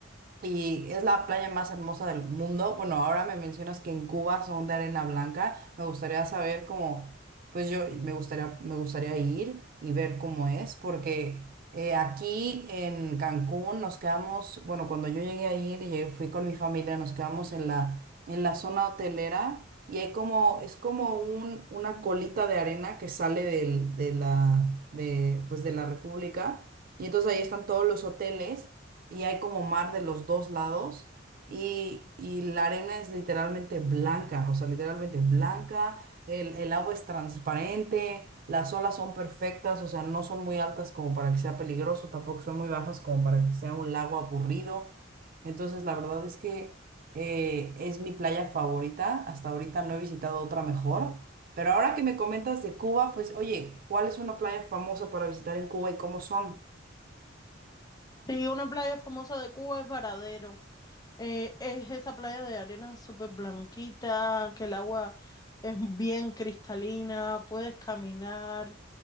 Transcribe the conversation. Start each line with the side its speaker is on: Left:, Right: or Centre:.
Right: Y es la playa más hermosa del mundo. Bueno, ahora me mencionas que en Cuba son de arena blanca. Me gustaría saber cómo, pues yo me gustaría, me gustaría ir y ver cómo es, porque eh, aquí en Cancún nos quedamos, bueno, cuando yo llegué a ir y fui con mi familia, nos quedamos en la, en la zona hotelera y hay como, es como un, una colita de arena que sale del, de la, de, pues de la República. Y entonces ahí están todos los hoteles y hay como mar de los dos lados y, y la arena es literalmente blanca, o sea, literalmente blanca, el, el agua es transparente, las olas son perfectas, o sea, no son muy altas como para que sea peligroso, tampoco son muy bajas como para que sea un lago aburrido. Entonces, la verdad es que eh, es mi playa favorita, hasta ahorita no he visitado otra mejor. Pero ahora que me comentas de Cuba, pues oye, ¿cuál es una playa famosa para visitar en Cuba y cómo son?
Left: Sí, una playa famosa de Cuba es Varadero. Eh, es esa playa de arena súper blanquita, que el agua es bien cristalina, puedes caminar